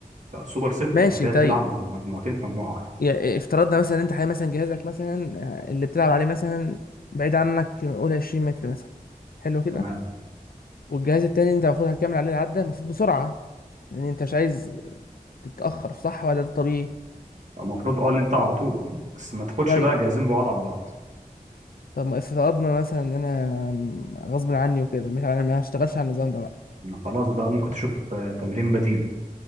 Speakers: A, on the right; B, on the left.
A: فسوبر ست
B: ماشي
A: انت كده
B: طيب
A: بتلعب مج- مجموعتين في مجموعه واحده
B: يعني افترضنا مثلا انت حي مثلا جهازك مثلا آه، اللي بتلعب عليه مثلا بعيد عنك قول 20 متر مثلا حلو كده
A: تمام
B: والجهاز التاني انت المفروض هتكمل عليه العده المفروض بسرعه لان انت مش عايز تتاخر صح ولا ده طبيعي
A: المفروض اه ان انت على طول بس ما تاخدش
B: طيب
A: بقى جهازين بعاد عن بعض
B: طب ما افترضنا مثلا ان انا غصب عني وكده مش انا ما هشتغلش على النظام ده بقى
A: خلاص بقى ممكن تشوف آه، تمرين بديل